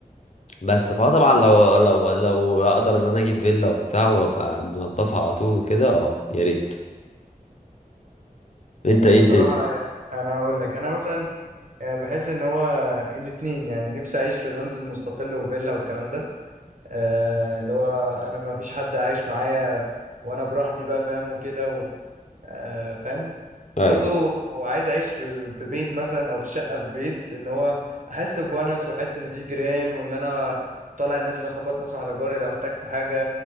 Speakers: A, on the left; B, on the right.
A: بس فهو طبعا لو لو لو اقدر ان انا اجيب فيلا وبتاع وابقى منضفها على طول وكده اه يا ريت انت
B: آه،
A: ايه
B: بصراحه
A: الدنيا
B: انا هقول لك انا مثلا آه، بحس ان هو الاتنين يعني نفسي اعيش في منزل مستقل وفيلا والكلام ده آه، اللي هو انا ما فيش حد عايش معايا وانا براحتي بقى فاهم وكده آه فاهم وبرضو
A: ايوه
B: عايز اعيش في في بيت مثلا او في شقه في بيت ان هو احس بونس واحس ان في جيران وان انا طالع نازل اخبط مثلا على جاري لو احتجت حاجه